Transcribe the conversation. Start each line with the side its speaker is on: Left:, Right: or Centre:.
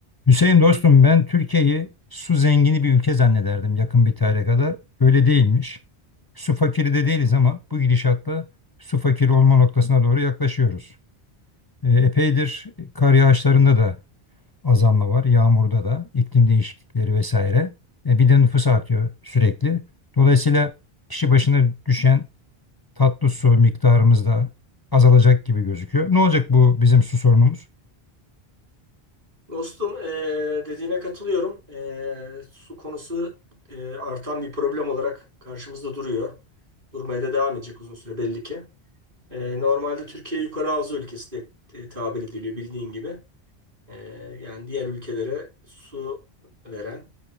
Left: Hüseyin dostum ben Türkiye'yi su zengini bir ülke zannederdim yakın bir tarihe kadar. Öyle değilmiş. Su fakiri de değiliz ama bu gidişatla su fakiri olma noktasına doğru yaklaşıyoruz. E, epeydir kar yağışlarında da azalma var, yağmurda da, iklim değişiklikleri vesaire. E, bir de nüfus artıyor sürekli. Dolayısıyla kişi başına düşen tatlı su miktarımız da azalacak gibi gözüküyor. Ne olacak bu bizim su sorunumuz?
Right: Dostum eee, dediğine katılıyorum. Eee, su konusu eee, artan bir problem olarak karşımızda duruyor. Durmaya da devam edecek uzun süre belli ki. Eee, normalde Türkiye yukarı havza ülkesi de e, tabir ediliyor bildiğin gibi. Eee, yani diğer ülkelere su veren,